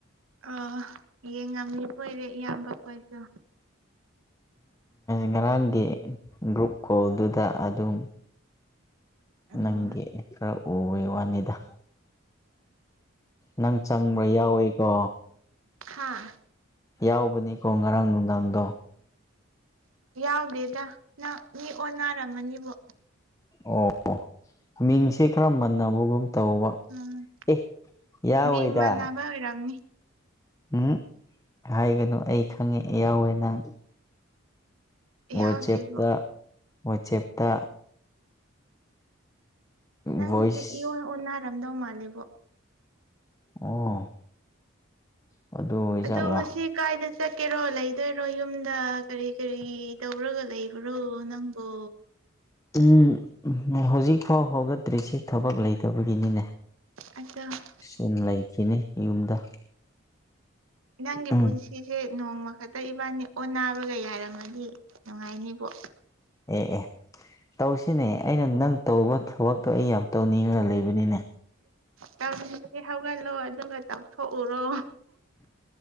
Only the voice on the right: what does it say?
ꯑ ꯌꯦꯡ ꯉꯅꯤ ꯀꯣꯏꯔꯦ ꯏꯌꯥꯝꯕ ꯀꯣꯏꯁꯨ
ꯑꯣ
ꯍꯥꯥ
ꯌꯥꯎꯗꯦꯗ ꯅ ꯃꯤ ꯑꯣꯟꯅꯔꯝꯃꯅꯤꯕꯣ
ꯎꯝ
ꯃꯤꯡ
ꯃꯥꯟꯅꯕ ꯑꯣꯏꯔꯝꯅꯤ
ꯌꯥꯎꯗꯦꯕꯣ
ꯅꯪꯒꯤꯁꯦ
ꯏꯔꯣꯟ ꯑꯣꯅꯥꯔꯝꯗꯧ ꯃꯥꯜꯂꯦꯕꯣ
ꯑꯣ ꯉꯁꯤ ꯀꯥꯏꯗ ꯆꯠꯀꯦꯔꯣ ꯂꯩꯗꯣꯏꯔꯣ ꯌꯨꯝꯗ ꯀꯔꯤ ꯀꯔꯤ ꯇꯧꯔꯒ ꯂꯩꯕ꯭ꯔꯣ ꯅꯪꯕꯨ
ꯑꯗꯆꯥ
ꯅꯪꯒꯤ
ꯄꯨꯟꯁꯤ ꯁꯤꯁꯦ ꯅꯣꯡꯃ ꯈꯛꯇ ꯏꯕꯥꯅꯤ ꯑꯣꯟꯟꯅꯅꯥꯕꯒ ꯌꯥꯔꯝꯃꯗꯤ ꯅꯨꯡꯉꯥꯏꯅꯤꯕꯣ
ꯇꯧꯅꯤꯡꯉꯒꯤ ꯍꯧꯒꯠꯂꯣ ꯑꯗꯨꯒ ꯇꯧꯊꯣꯛꯎꯔꯣ